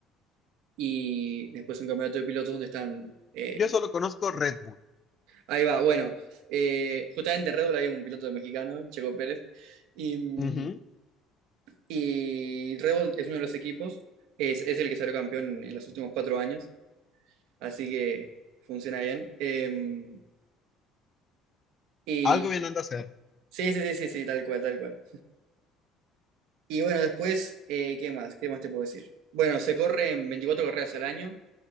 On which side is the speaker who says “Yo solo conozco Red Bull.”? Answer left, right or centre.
Left